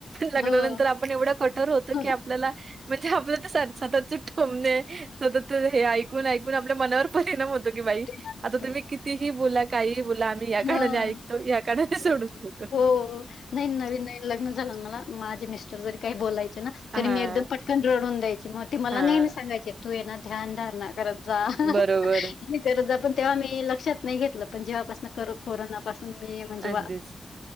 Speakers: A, on the right; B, on the left.
A: लग्नानंतर
B: हो.
A: आप पण एवढं कठोर होत
B: हो, हो.
A: की, आपल्याला म्हणजे आपलं तर सततचे टोमने सतत हे ऐकून-ऐकून आपल्या मनावर परिणाम होतो, की बाई
B: ते ना.
A: आता
B: तो.
A: तुम्ही क कितीही बोला, काहीही बोला, आम्ही या
B: हां.
A: काणाने ऐकतो, या कानाने सोडून
B: हो.
A: देतो.
B: नाही नवीन-नवीन लग्न झालं मला, माझे मिस्टर जरी काही बोलायचे ना,
A: हां,
B: तरी मी एकदम पटकन रडून द्याय की म मला
A: हां.
B: नेहमी सांगायचे, तू ये ना ध्यान धारणा करत जा.
A: बरोबर.
B: मी <unintelligible> पण तेव्हा मी लक्षात नाही घेतलं, पण जेव्हापासून कर कोरोनापासून मी म्हणजे
A: अगदीच.